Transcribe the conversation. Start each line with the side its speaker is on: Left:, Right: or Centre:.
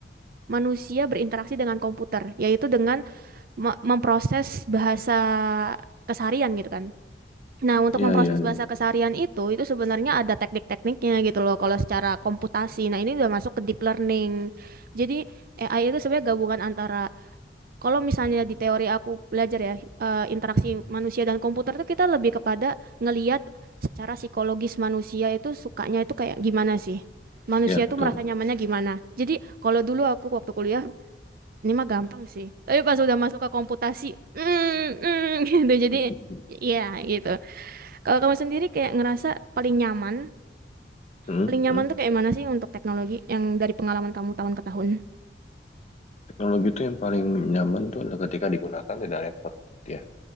Right: manusia berinteraksi dengan komputer, yaitu dengan me- memproses bahasa keseharian gitu kan. Nah, untuk
Left: ya,
Right: memproses
Left: ya,
Right: bahasa keseharian itu, itu sebenarnya ada teknik-tekniknya gitu loh kalau secara komputasi. Nah, ini udah masuk ke deep learning. Jadi, AI itu sebenarnya gabungan antara kalau misalnya di teori aku belajar ya eh, interaksi manusia dan komputer itu kita lebih kepada ngeliat secara psikologis manusia itu sukanya itu kayak gimana sih? Manusia
Left: ya,
Right: itu
Left: betul.
Right: merasa nyamannya gimana? Jadi kalau dulu aku waktu kuliah ini mah gampang sih. Tapi pas udah masuk ke komputasi, mm, mm, <laughs> gitu. Jadi
Left: Hmm,
Right: ya gitu. Kalau kamu sendiri kayak ngerasa paling nyaman,
Left: hmm.
Right: paling nyaman
Left: hmm.
Right: tuh kayak mana sih untuk teknologi yang dari pengalaman kamu tahun ke tahun?
Left: Teknologi itu yang paling nyaman tuh adalah ketika digunakan tidak repot, ya,